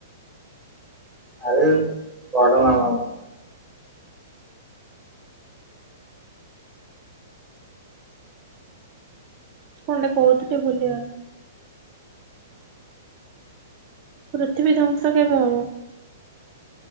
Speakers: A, in the centre; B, on the right.
A: ଆଉ ବଡ଼ <unintelligible>
B: କଣ ଟେ କହୁଥିଲି ଭୁଲଗଲି। ପୃଥିବୀ ଧ୍ୱଂସ କେବେ ହବ?